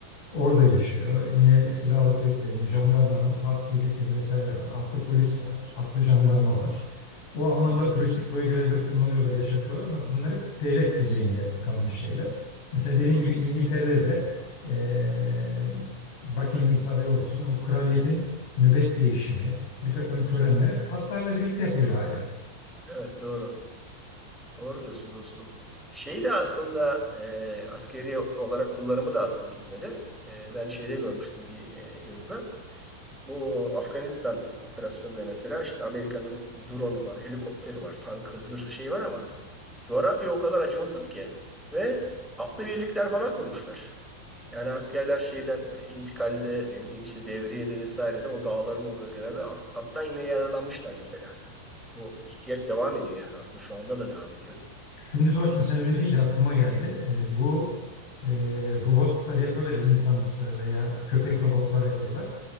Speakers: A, on the left; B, in the centre.
A: Orada yaşıyor. Yine silahlı kuvvetlerin, jandarmanın at birlikleri vesaire var. Atlı polis var, atlı jandarma var. O anlamda
B: Evet.
A: turistik bölgelerde kullanıyorlar, yaşatıyorlar ama bunlar hep devlet düzeyinde kalmış şeyler. Mesela dediğin
B: Hı
A: gibi
B: hı.
A: İngiltere'de de eee, Buckingham Sarayı olsun, o kraliyetin nöbet değişimi, bir takım törenler hep atlarla birlikte yapılıyor hala.
B: Evet doğru. Doğru diyorsun dostum. Şey de aslında e, askeri olarak kullanımı da aslında bitmedi. E, ben şeyde görmüştüm bir e, yazıda. Bu Afganistan operasyonunda mesela şimdi Amerika'nın drone'u var, helikopteri var, tank hızlı şey var ama coğrafya o kadar acımasız ki ve atlı birlikler falan kurmuşlar. Yani askerler şeyden e, intikalde ne bileyim işte devriyede vesairede o dağların o bölgelerde at- attan yine yararlanmışlar mesela. Bu ihtiyaç devam ediyor yani aslında şu anda da devam ediyor.
A: Şimdi dostum sen öyle deyince aklıma geldi. Eee, bu eee, robotlar yapıyorlar ya insanımsı veya köpek robotları yapıyorlar.